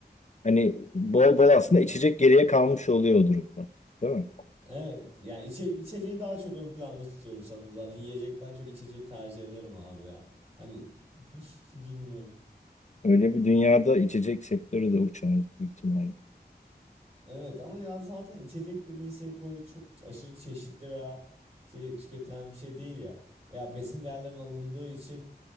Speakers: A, on the left; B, on the right.
A: hani bol bol aslında
B: <laughs>
A: içecek geriye kalmış oluyor o durumda. Değil mi?
B: Evet yani içe, içeceği daha çok ön planda tutuyorum sanırım zaten yiyecekten çok içeceği tercih ederim abi ya. Hani <laughs> bilmiyorum.
A: Öyle bir dünyada içecek sektörü de uçardı büyük ihtimalle.
B: Evet ama ya zaten içecek dediğin şey böyle çok aşırı çeşitli veya şey tüketilen bir şey değil ya. Veya besin değerlerinin alındığı için